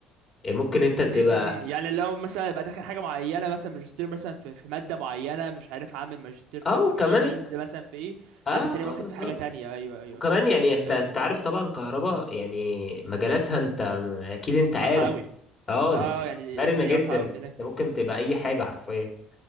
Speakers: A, on the left; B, on the right.
A: ممكن انت تبقى
B: امم يعني لو مثلا يبقى داخل حاجه معينه مثلا ماجستير مثلا في في ماده معينه مش عارف عامل ماجستير في
A: او
B: في ماشينز
A: كمان انت
B: مثلا في ايه
A: اه
B: حد تاني واخد
A: اه بالظبط
B: في حاجه تانية ايوه ايوه
A: وكمان يعني انت
B: فاهم
A: أنت عارف طبعا كهرباء يعني مجالاتها انت اكيد انت عارف
B: واسعه قوي
A: اه
B: اه
A: ده ف-
B: يعني
A: مرنه
B: الدنيا
A: جدا
B: واسعه
A: انت
B: قوي في هناك
A: ممكن تبقى اي حاجه حرفيا